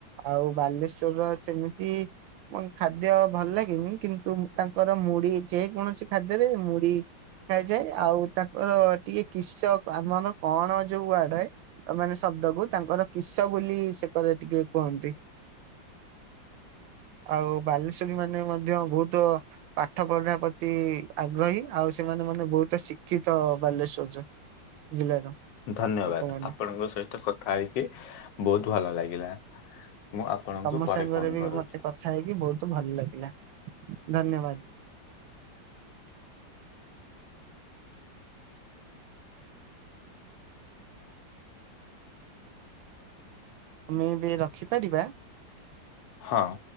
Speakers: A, on the right (about 80°); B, on the left (about 75°).
A: ଆଉ ବାଲେଶ୍ଵରର ସେମିତି ମୁଁ ଖାଦ୍ୟ ଭଲ ଲାଗେନି କିନ୍ତୁ ତାଙ୍କର ମୁଢି ଯେକୌଣସି ଖାଦ୍ୟରେ ମୁଢି ଖାଯାଏ ଆଉ ତାଙ୍କର ଟିକେ କିସ ଆମର କଣ ଯୋଉ ଆଡାଏ। ଆ ମାନେ ଶବ୍ଦକୁ ତାଙ୍କର କିସ ବୋଲି ସେକରେ ଟିକେ କୁହନ୍ତି। ଆଉ ବାଲେଶ୍ଵରୀ ମାନେ ମଧ୍ୟ ବୋହୁତ ପାଠ ପଢା ପ୍ରତି ଆଗ୍ରହୀ ଆଉ ସେମାନେ ମାନେ ବୋହୁତ ଶିକ୍ଷିତ ବାଲେଶ୍ଵର ଜିଲ୍ଲାର।
B: ଧନ୍ୟବାଦ
A: ଲୋକମାନେ
B: ଆପଣଙ୍କ ସହିତ କଥା ହେଇକି ବୋହୁତ ଭଲ ଲାଗିଲା। ମୁଁ ଆପଣଙ୍କୁ
A: ତମ
B: ପରେ
A: ସାଙ୍ଗରେ
B: ଫୋନ
A: ବି
B: କରୁଛି
A: ମତେ କଥା ହେଇକି ବୋହୁତ ବହୁତ ଭଲ ଲାଗିଲା। ଧନ୍ୟବାଦ। ଆମେ ଏବେ ରଖିପାରିବା।
B: ହଁ।